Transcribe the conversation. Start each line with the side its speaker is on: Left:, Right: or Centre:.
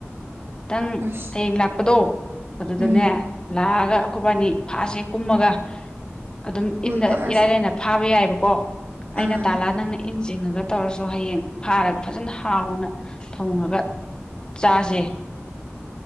Left: ꯈꯤꯇꯪ
Right: ꯑꯁ
Left: ꯍꯌꯦꯡ ꯂꯥꯛꯄꯗꯣ ꯑꯗꯨꯗꯅꯦ
Right: ꯎꯝ
Left: ꯂꯥꯛꯑꯒ ꯑꯩꯈꯣꯏꯕꯥꯅꯤ ꯐꯥꯁꯦ ꯀꯨꯝꯃꯒ ꯑꯗꯨꯝ
Right: ꯍꯣꯏ
Left: ꯏꯟꯗ
Right: ꯍꯣꯏ ꯑꯁ
Left: ꯏꯔꯥꯏ ꯂꯥꯏꯅ ꯐꯥꯕ ꯌꯥꯏꯌꯦꯕꯀꯣ ꯑꯩꯅ
Right: ꯑꯥ
Left: ꯇꯥꯥꯜꯂꯒ ꯅꯪꯅ ꯏꯟ ꯆꯤꯡꯉꯒ ꯇꯧꯔꯁꯨ ꯍꯌꯦꯡ ꯐꯥꯔꯒ ꯐꯖꯅ ꯍꯥꯎꯅ ꯊꯣꯡꯉꯒ ꯆꯥꯖꯦ